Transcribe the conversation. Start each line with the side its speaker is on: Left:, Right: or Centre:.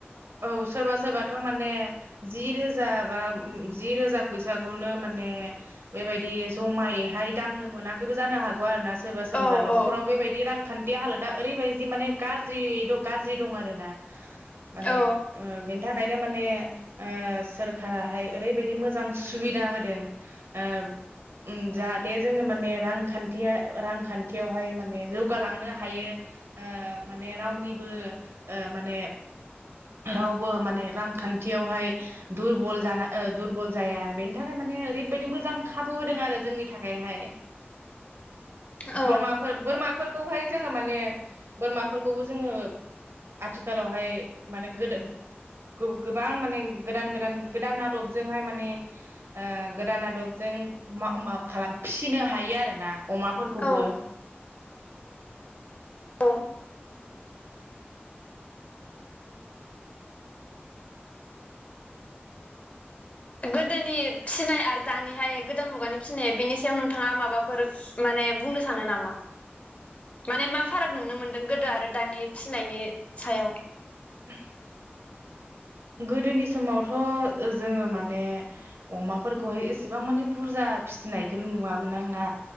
Right: औ सोरबा सोरबाथ' माने जि रोजा बा जि रोजा फैसाखौनो माने बेबायदि जमायैहाय दांनो मोनाखैबो जानो हागौ आरो ना सोरबा सोरनिबा
Left: औ
Right: न'खराव
Left: औ
Right: बेबायदि रां खान्थि हालोदा ओरैबायदि माने गाज्रियै गाज्रि दं आरोना माने
Left: औ
Right: ओ बेनि थाखाय ओंखायनो माने ओ सोरखारा हाय बायदि मोजां सुबिदा हो दों ओ म जाहाथे जोङो माने रांखान्थिया रांखान्थियावहाय माने जौगालांनो हायो ओ माने रावनिबोओ माने रावबो माने रांखान्थियावहाय दुरबल जाना दुरबल जाया बेनि थाखाय माने ओरै बादि मोजां खाबु होदों आरो जोंनि थाखायहाय
Left: औ
Right: बोरमाफोर बोरमाफोर खौहाय जोङो माने बोरमाफोरखौबो जोङो आथिखालावहाय माने गोदो गो गोबां माने गोदान गोदान गोदान आदबजोंहाय माने ओ गोदान आदबजों मा मा खालाम फिसिनो हायो आरो ना अमाफोरखौबो
Left: औ ब गोदोनि फिसिनाय आरो दानिहाय गोदान मुगानि फिसिनाय बेनि सायाव नोंथाङा माबाफोर माने बुंनो सानो नामा माने मा फाराग नुनो मोनदों गोदो आरो दानि फिसिनायनि सायाव
Right: <inaudible> गोदोनि समावथ' जोङो माने अमाफोरखौहाय एसेबां मानि बुरजा फिसिनायखौनो नुवामोन आंना